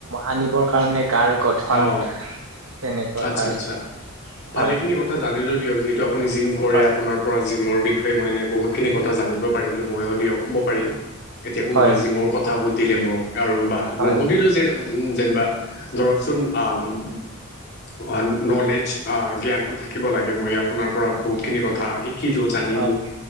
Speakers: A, on the right; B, on the left.
A: আনিবৰ কাৰণে গাৰ- গঠন
B: অ
A: তেনেকুৱাৰ
B: আচ্ছা
A: কাৰণে
B: আচ্ছা ভালেখিনি
A: হয়
B: কথা জানিলো- দিয়ক যিহেতু আপুনি জিম কৰে
A: হয়
B: আপোনাৰ পৰা- জিমৰ বিষয়ে মই এনেই বহুতখিনি কথা জানিব পাৰিলো মইও দিয়ক ক'ব পাৰিম। এতিয়া কোনোবাই
A: হয়
B: জিমৰ কথা সুধিলে মোক আৰু বা
A: হয়
B: নুসুধিলেও যে যেনিবা ধৰক- আ নলেষ্ট আ জ্ঞান- থাকিব লাগে মই আপোনাৰ পৰা
A: হয়
B: বহুতখিনি কথা শিকিলোঁ জানিলোঁ-
A: হয়